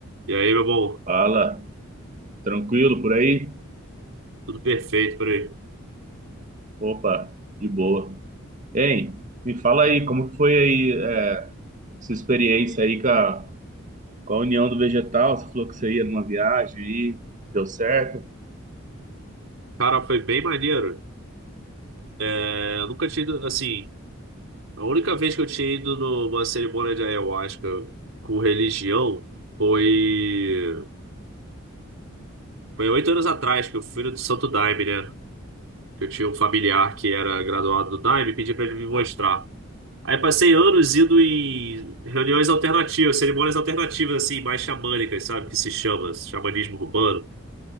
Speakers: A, on the right; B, on the right.
A: E aí, meu bom,
B: Fala, tranquilo por aí?
A: tudo perfeito por aí.
B: Opa, de boa. Hein, me fala aí, como que foi aí, é, sua experiência aí com a, com a União do Vegetal? Você falou que você ia numa viagem aí, deu certo?
A: Cara, foi bem maneiro. É, eu nunca tinha ido, assim, a única vez que eu tinha ido numa cerimônia de ayahuasca com religião foi foi oito anos atrás que eu fui no do Santo Daime, né? Que eu tinha um familiar que era graduado do Daime e pedi pra ele me mostrar. Aí passei anos indo em reuniões alternativas, cerimônias alternativas, assim, mais xamânicas, sabe? Que se chama, xamanismo urbano.